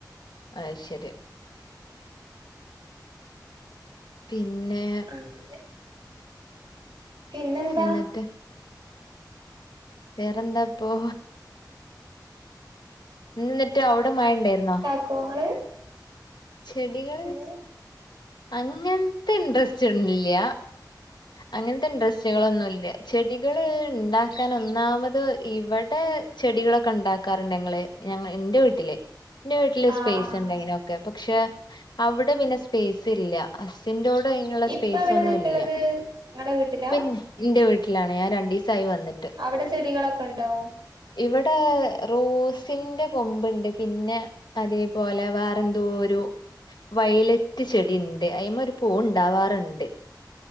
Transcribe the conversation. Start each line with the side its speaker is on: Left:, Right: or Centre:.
Left: അയ്ശേരി പിന്നെ
Right: <inaudible> പിന്നെന്താ
Left: എന്നിട്ട് വേറെന്താപ്പൊ ഇന്ന്‌ എന്നിട്ട് അവിടെ മഴണ്ടായിരുന്നോ
Right: <unintelligible> പ്രത്യേക
Left: ചെടികൾ
Right: ഏ
Left: അങ്ങനത്തെ ഇൻട്രസ്റ്റ് ഇല്ല്യ അങ്ങനത്തെ ഇൻട്രെസ്റ്റ് കളൊന്നുംല്ല്യ ചെടികള് ഉണ്ടാക്കാൻ ഒന്നാമത് ഇവിടെ ചെടികളൊക്കെ ഉണ്ടാക്കാറുണ്ട് ഞങ്ങള് ഞങ്ങ ഇന്റെ വീട്ടില് ഇന്റെ വീട്ടില്
Right: ആഹ്
Left: സ്പേസ്
Right: ആഹ്
Left: ഉണ്ടങ്ങനൊക്കെ പക്ഷെ അവിടെ പിന്നെ സ്പേസ് ഇല്ല അസിൻ്റോഡി അതിനുള്ള
Right: ഇപ്പ
Left: സ്പേസ്
Right: എവിടെ
Left: ഒന്നും
Right: നിക്ക്ണത്
Left: ഇല്ല
Right: ഇങ്ങളെ വീട്ടിലാ
Left: പിന്നെ ഇന്റെ വീട്ടിലാണ് ഞാൻ രണ്ടീസായി വന്ന
Right: അവിടെ ചെടികളൊക്കെ ഉണ്ടോ
Left: ഇവിടെ റോസിന്റെ കൊമ്പുണ്ട് പിന്നെ അതേപോലെ വേറ എന്തോ ഒരു വയലറ്റ് ചെടി ഉണ്ട് അതി്മ ഒരു പൂവ് ഉണ്ടാവാറുണ്ട്